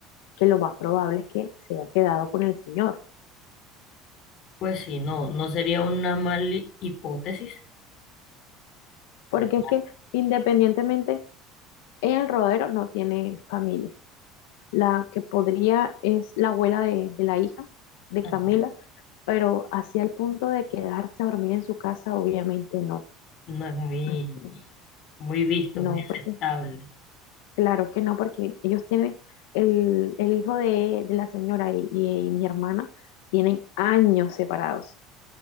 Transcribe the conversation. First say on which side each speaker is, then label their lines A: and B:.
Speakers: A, on the left; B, on the left.
A: que lo más probable es que se haya quedado con el señor,
B: Pues sí, no, no sería una mala hipótesis, porque
A: porque es que independientemente, ella en el rodero no tiene familia. La que podría es la abuela de, de la hija, de
B: no,
A: Camila, pero hacia el punto de quedarse a dormir en su casa, obviamente no.
B: no es muy,
A: Ay,
B: muy visto,
A: No,
B: muy
A: porque,
B: aceptable.
A: claro que no, porque ellos tienen, el, el hijo de, de la señora y, y mi hermana tienen años separados.